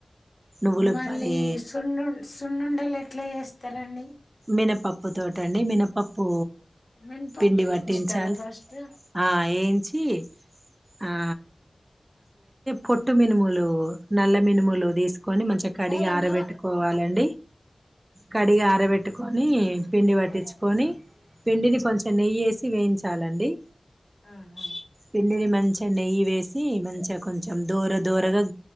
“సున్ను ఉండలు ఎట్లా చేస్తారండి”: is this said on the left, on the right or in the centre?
Left